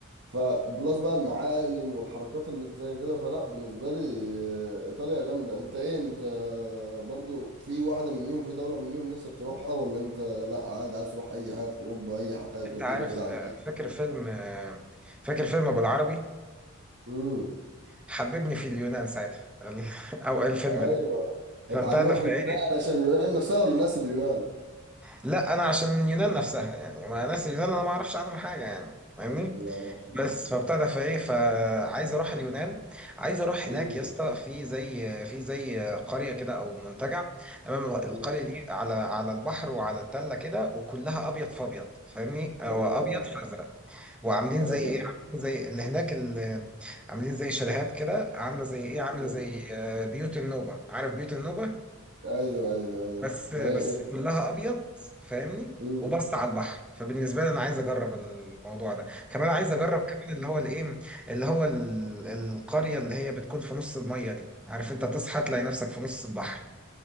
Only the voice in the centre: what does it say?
انت عارف
آه،
فاكر فيلم آه، فاكر فيلم ابو العربي
حببني في اليونان ساعتها ال- <laughs> او الفيلم
ده فبتاع
ده فايه
لا انا عشان اليونان نفسها يعني ما ناس اليونان انا ما اعرفش عنهم حاجه يعني فاهمني
بس
فبتاع ده فايه فعايز اروح اليونان عايز اروح
هناك يا اسطى في زي في زي قريه كده او منتجع تمام الغ- القريه
دي على على البحر وعلى التله كده وكلها ابيض في ابيض فاهمني او
ابيض في ازرق وعاملين
زي ايه
عاملين زي اللي هناك اللي عاملين زي شاليهات كده عامله زي ايه عامله
زي آه، بيوت النوبه عارف بيوت النوبه
بس
بس
كلها ابيض فاهمني
وبس على البحر فبالنسبه لي انا عايز اجرب الموضوع ده كمان عايز اجرب كمان اللي هو الايه اللي هو ال- القريه اللي هي بتكون في نص الميه دي عارف انت تصحى تلاقي نفسك في نص البحر